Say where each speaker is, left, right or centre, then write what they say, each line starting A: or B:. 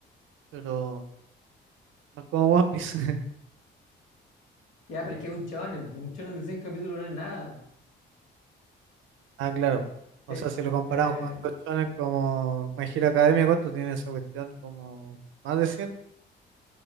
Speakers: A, on the right; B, on the left.
A: pero no es como One Piece. <laughs>
B: Ya, pero es que es un shonen, pues, un shonen de 100 capítulos no es nada.
A: Ah, claro. O
B: Eh,
A: sea, si lo comparamos
B: eh,
A: con otros como My Hero Academia, ¿cuánto tiene esa cuestión? Como más de 100,